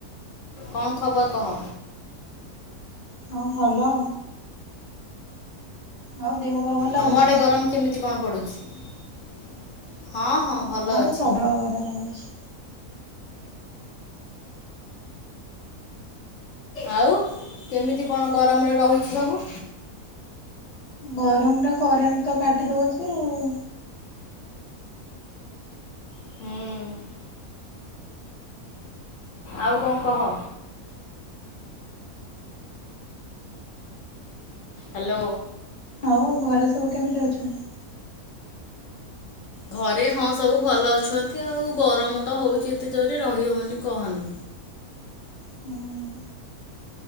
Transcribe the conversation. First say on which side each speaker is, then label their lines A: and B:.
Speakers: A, on the left; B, on the left.
A: କଣ ଖବର କହ?
B: ହଁ ଭଲ। ଆଉ ଦେହ ପା ଭଲ?
A: ତମ
B: ଅଛି?
A: ଆଡ଼େ ଗରମ କେମିତି କଣ ପଡ଼ୁଚି ହଁ। ହଁ
B: ଆମ
A: ଭଲ
B: ଆଡେ
A: ଅଛି।
B: ପ୍ରବଳ ଗରମ ହୋଉଚି।
A: ଆଉ କେମିତି କଣ ଗରମରେ ରହୁଚି ସବୁ?
B: ଗରମରେ କରେଣ୍ଟେ ତ କାଟି ଦୋଉଚି ଆଉ।
A: ହୁଁ। ଆଉ କଣ କହ? ହାଲୋ।
B: ଆଉ ଘରେ ସବୁ କେମିତି ଅଛନ୍ତି?
A: ଘରେ ହଁ ସବୁ ଭଲ ଅଛନ୍ତି ଆଉ ଗରମ ତ ହୋଉଚି ଏତେ ଜୋରରେ ରହିହୋଉନେହିଁ କହନି।
B: ହୁଁ